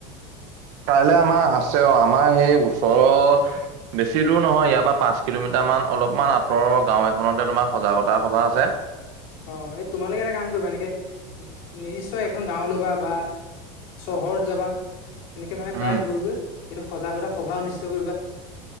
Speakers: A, on the right; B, on the left.
A: কাইলৈ আমাৰ আছে অ আমাৰ সেই ওচৰৰ বেছি দূৰ নহয় ইয়াৰ পৰা পাঁচ কিলোমিটাৰমান অলপমান আঁতৰৰ গাঁও এখনতে তোমাৰ সজাগতা সভা আছে।
B: অ এই তোমালোকে এটা কাম কৰিবা এনেকে নিৰ্দিষ্ট এখন গাঁও ল'বা বা চহৰত যাবা৷ এনেকে মানে প্ৰায়
A: উম।
B: গৈ-গৈ এইটো সজাগতা সভা অনুষ্ঠিত কৰিবা৷